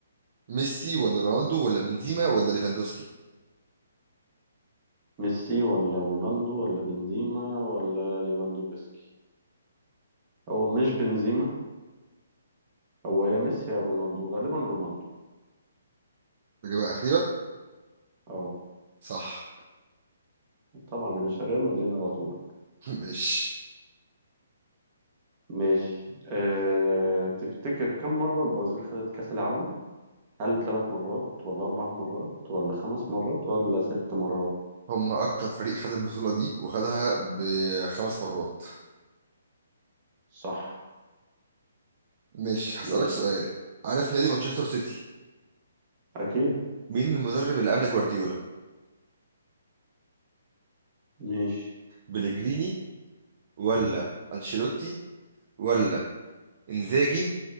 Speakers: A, on the right; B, on the right.
A: ميسي ولا رونالدو ولا بنزيما ولا ليفاندوسكي
B: ميسي ولا رونالدو ولا بنزيما ولا ليفاندوفسكي هو مش بنزيما هو يا ميسي يا رونالدو غالبا رونالدو
A: إجابة أخيرة
B: اه
A: صح
B: طبعا يا باشا ريال مدريد على طول
A: <laughs> ماشي
B: ماشي أه... تفتكر كم مرة البرازيل خدت كأس العالم هل ثلاث مرات ولا أربع مرات ولا خمس مرات ولا ست مرات
A: هم أكتر فريق خد البطولة دي وخدها بخمس مرات
B: صح
A: ماشي هسألك
B: ماشي
A: سؤال عارف نادي مانشستر سيتي
B: اكيد
A: مين المدرب اللي قبل جوارديولا
B: ماشي
A: بليجريني ولا أنشيلوتي ولا إنزاجي